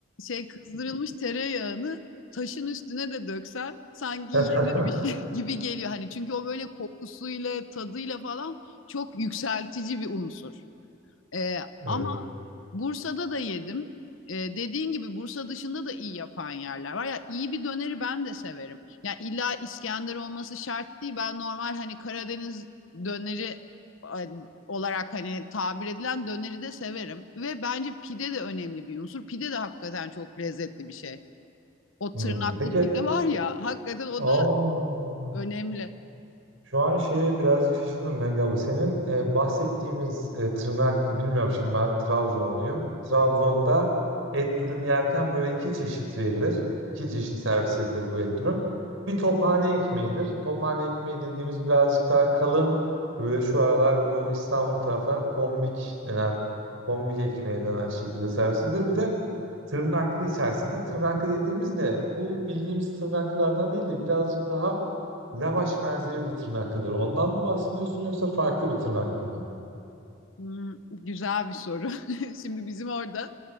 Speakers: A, on the left; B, on the right.
A: şey kızdırılmış tereyağını taşın üstüne de döksen sanki
B: <laughs>
A: yenirmiş <laughs> gibi geliyor. Hani çünkü o böyle kokusuyla tadıyla falan çok yükseltici bir unsur. Ee,
B: Evet.
A: ama Bursa'da da yedim. Ee, dediğin gibi Bursa dışında da iyi yapan yerler var. Ya iyi bir döneri ben de severim. Ya illa İskender olması şart değil. Ben normal hani Karadeniz döneri e, olarak hani tabir edilen döneri de severim. Ve bence pide de önemli bir unsur. Pide de hakikaten çok lezzetli bir şey. O
B: Hmm,
A: tırnaklı
B: peki.
A: pide var ya hakikaten o
B: Aa,
A: da önemli.
B: Şu an şeye birazcık şaşırdım Bengi abla. Senin e, bahsettiğimiz e, tırnaklı bilmiyorum şimdi ben Trabzonluyum. Trabzon'da et dürüm yerken böyle iki çeşit verilir. İki çeşit servis edilir bu et dürüm. Bir tophane ekmeğidir. Tophane ekmeği dediğimiz birazcık daha kalın. Böyle şu aralar bu İstanbul taraflarında tombik denen, tombik ekmeği denen şekilde servis edilir. Bir de Tırnaklı içerisinde. Tırnaklı dediğimizde bu bildiğimiz tırnaklardan değil de birazcık daha lavaş benzeri bir tırnaklıdır. Ondan mı bahsediyorsun yoksa farklı bir tırnaklı mı?
A: Hmm, güzel bir soru. <laughs> Şimdi bizim orada